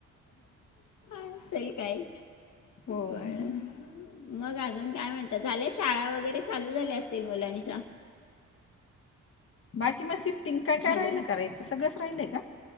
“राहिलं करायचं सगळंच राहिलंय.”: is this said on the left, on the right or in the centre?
Left